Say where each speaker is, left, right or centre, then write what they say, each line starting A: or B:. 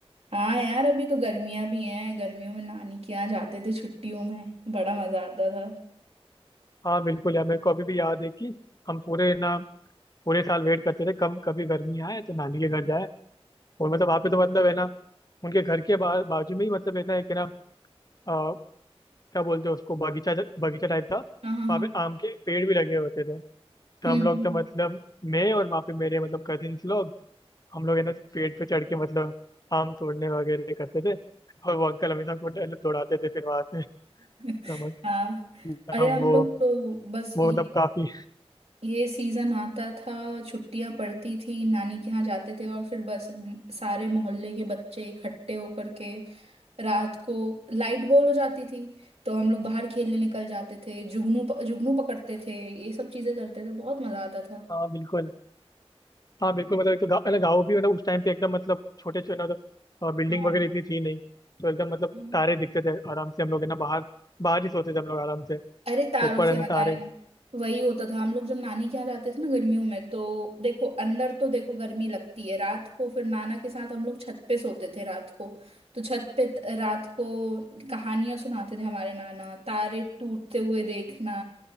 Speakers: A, on the right (about 70°); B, on the left (about 35°).
A: हाँ यार अभी तो गर्मियां भी हैं गर्मियों में नानी के यहाँ जाते थे छुट्टियों में बड़ा मजा आता था
B: हाँ बिल्कुल यार मेरे को अभी भी याद है कि हम पूरे ना पूरे साल वेट करते थे कम कभी गर्मी आए तो नानी के घर जाए और मतलब वहाँ पे तो मतलब है ना उनके घर के बा, बाजू में ही मतलब है ना एक है ना अ, क्या बोलते हैं उसको बगीचा बगीचा टाइप था वहाँ
A: हाँ हाँ हाँ
B: पे आम के पेड़ भी लगे होते थे तो
A: हम्म
B: हम लोग
A: हम्म।
B: तो मतलब मैं और वहाँ पे मेरे मतलब कजिन्स लोग हम लोग है ना पेड़ पे चढ़ के मतलब आम तोड़ने वगैरह करते थे और वो अंकल हमेशा हमको डर- दौड़ाते थे फिर वहां से तो
A: <laughs>
B: हम
A: हाँ अरे
B: अब
A: हम
B: वो
A: लोग तो बस
B: वो
A: ये
B: मतलब काफी
A: ये सीजन आता था छुट्टियां पड़ती थी नानी के यहाँ जाते थे और फिर बस म, सारे मोहल्ले के बच्चे इकट्ठे होकर के रात को लाइट गोल हो जाती थी तो हम लोग बाहर खेलने निकल जाते थे जुगनू प- जुगनू पकड़ते थे ये सब चीजें करते थे बहुत मजा आता था
B: हाँ बिल्कुल हाँ बिल्कुल मतलब एक तो गाँव मतलब गाँव भी मतलब उस टाइम पे एकदम मतलब छोटे छोटे मतलब बिल्डिंग
A: हाँ
B: वगैरह इतनी थी नहीं तो एकदम मतलब
A: हम्म।
B: तारे दिखते थे आराम से हम लोग है ना बाहर बाहर ही सोते थे हम लोग आराम से
A: अरे
B: तो
A: तारों
B: ऊपर
A: से
B: है
A: याद
B: ना तारे
A: आया वही होता था हम लोग जब नानी के यहाँ जाते थे ना गर्मियों में तो देखो अंदर तो देखो गर्मी लगती है रात को फिर नाना के साथ हम लोग छत पे सोते थे रात को तो छत पे त- रात को कहानियां सुनाते थे हमारे नाना तारे टूटते हुए देखना